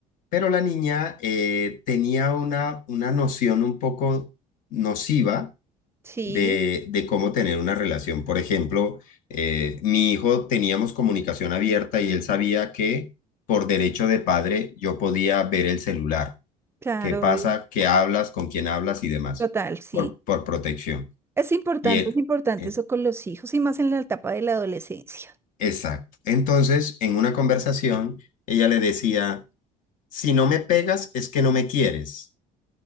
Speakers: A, on the left; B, on the right.
A: pero la niña eh, tenía una, una noción un poco nociva
B: sí,
A: de, de cómo tener una relación. Por ejemplo, eh, mi hijo teníamos comunicación abierta y él sabía que por derecho de padre yo podía ver el celular,
B: claro,
A: qué pasa,
B: obvio,
A: qué hablas, con quién hablas y demás,
B: total, sí.
A: por, por protección.
B: Es importante,
A: Y él,
B: es importante
A: eh,
B: eso con los hijos y más en la etapa de la adolescencia.
A: exacto. Entonces, en una conversación, ella le decía Si no me pegas, es que no me quieres